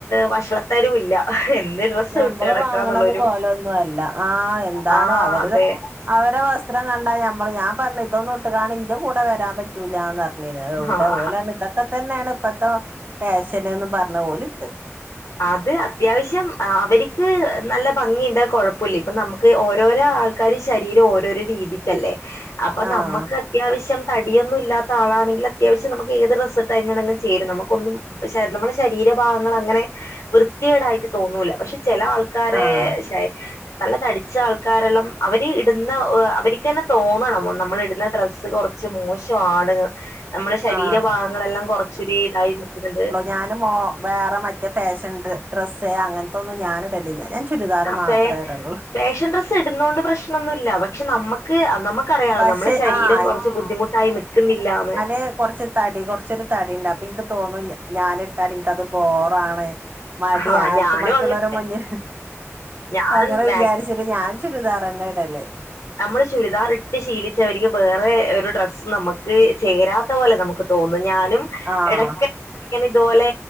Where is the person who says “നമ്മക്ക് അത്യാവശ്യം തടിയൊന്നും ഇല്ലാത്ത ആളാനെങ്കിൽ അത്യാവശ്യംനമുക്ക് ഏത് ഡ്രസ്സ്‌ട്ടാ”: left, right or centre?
Left